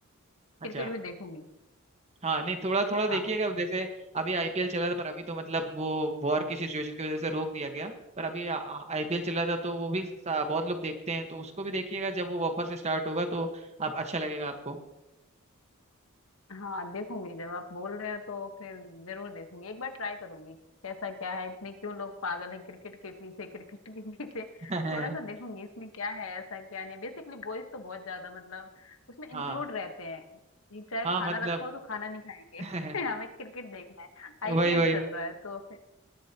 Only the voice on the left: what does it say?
क्रिकेट
भी देखूंगी
हाँ
हाँ देखूंगी जब आप बोल रहे हो तो फिर जरूर देखूंगी एक बार ट्राई करूंगी कैसा क्या है इतने क्यों लोग पागल हैं क्रिकेट के पीछे क्रिकेट के पीछे
थोड़ा सा देखूंगी इसमें क्या है ऐसा क्या नहीं बेसिकली बॉयज तो बहुत ज्यादा मतलब उसमें इंक्लूड
रहते हैं ये चाहे
खाना
रखा हो तो खाना नहीं खाएंगे
<laughs> हमें क्रिकेट देखना है आईपीएल
चल रहा है तो फिर